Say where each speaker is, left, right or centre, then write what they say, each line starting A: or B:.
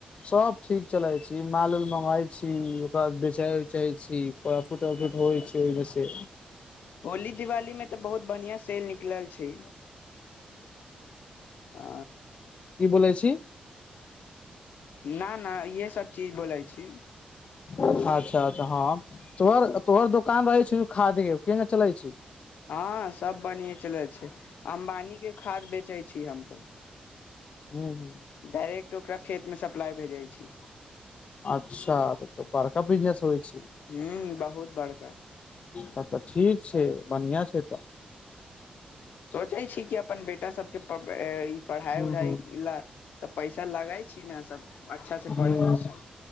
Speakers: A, on the left; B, on the left.
A: सब ठीक चलय छी, माल-उल मंगय छी ओकरा बेचय-उचय छी <unintelligible>
B: अच्छा-अच्छा
A: होइ छै ओहिमे से
B: होली-दिवाली में तै बहुत बढ़िया सैल निकलल छै, अ
A: की बोैलय छी।
B: न-न इहे सब चीज बोलय छी।
A: अच्छा-अच्छा हां। तोहर-तोहर दोकान रहय छो खाधी उ केना चलय छै।
B: हां सब बढ़िया चलय छै, अम्बानी के खाद बेचय छीयै हम सब।
A: हूं-हूं।
B: डायरेक्ट ओकरा खेत मे सप्लाय भेजय छी।
A: अच्छा तब तै बड़का बिजनेस होय छै।
B: हूं बहुत बड़का।
A: तब तै ठीक छै, बन्हिया छै तऽ
B: सोचय छी कि अपन बेटा सबके प ई पढ़ाइ
A: हूँ
B: उढ़ाई
A: हूँ
B: ला सब पैसा लगाय छी नै सब अच्छा से
A: हूँ
B: पढ़ी उ सब